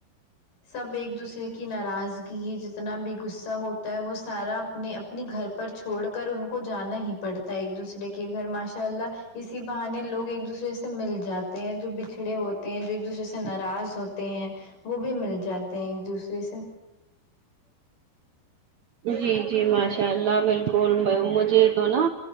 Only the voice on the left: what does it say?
سب ایک دوسرے کی ناراضگی جتنا بھی غصہ ہوتا ہے وہ سارا اپنے اپنی گھر پر چھوڑ کر ان کو جانا ہی پڑتا ایک دوسرے کے گھر ماشاء اللہ اسی بہانے لوگ ایک دوسرے سے مل جاتے ہیں جو بچھڑے ہوتے ہیں جو ایک دوسرے سے ناراض ہوتے ہیں وہ بھی مل جاتے ہیں ایک دوسرے سے